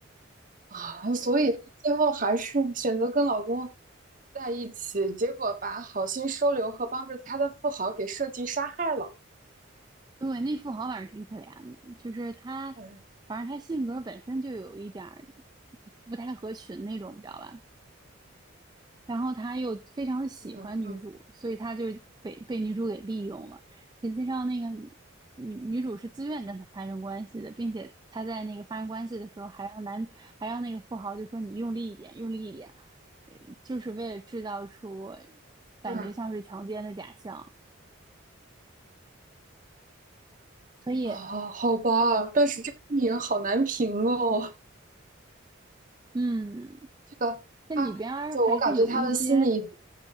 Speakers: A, on the right (about 40°); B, on the right (about 20°).
A: 啊，所以她最后还是 <laughs> 选择跟老公在一起，结果把好心收留和帮助他的富豪给设计杀害了。
B: 对，那富豪反正挺可怜的，就是他，
A: 嗯
B: 反正他性格本身就有一点儿不太合群那种，你知道吧？然后他又非常的喜欢女主，
A: 嗯嗯
B: 所以他就被被女主给利用了。实际上，那个女女主是自愿跟他发生关系的，并且他在那个发生关系的时候，还让男还让那个富豪就说你用力一点，用力一点，呃就是为了制造出感觉像是强奸的假象。
A: 嗯
B: 所以，
A: 啊，好吧，但是这个电影好难评哦，
B: 嗯，
A: 这个他就我感觉他的心理。
B: 这里边儿还是有一些